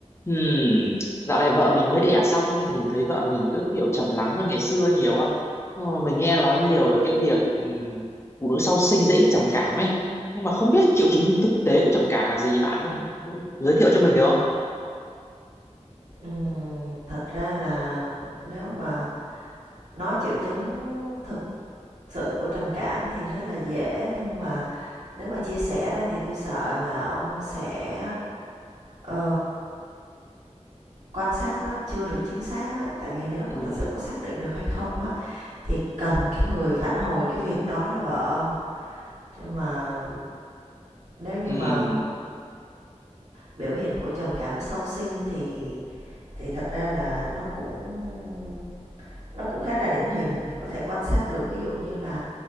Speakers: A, on the left; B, on the right.
A: Hmm, dạo này vợ mình mới đẻ xong nhưng mình thấy vợ mình cứ kiểu trầm lắng hơn ngày xưa nhiều á. Ờ, mình nghe nói nhiều về cái việc ừm, phụ nữ sau sinh dễ bị trầm cảm ấy. Nhưng mà không biết triệu chứng thực tế của trầm cảm là gì bạn giới thiệu cho mình được không?
B: Ừm, thật ra là nếu mà nói triệu chứng thực sự của trầm cảm thì rất là dễ, nhưng mà nếu mà chia sẻ ra thì tôi sợ là ông sẽ, ờ, quan sát nó chưa được chính xác á. Tại vì nếu mà
A: Ừm,
B: thật sự có xác định được hay không á, thì cần cái người phản hồi cái việc đó là vợ ông. Chứ mà nếu như
A: ừm,
B: mà biểu hiện của trầm cảm sau sinh thì thì thật ra là nó cũng nó cũng khá là điển hình thì có thể quan sát được ví dụ như là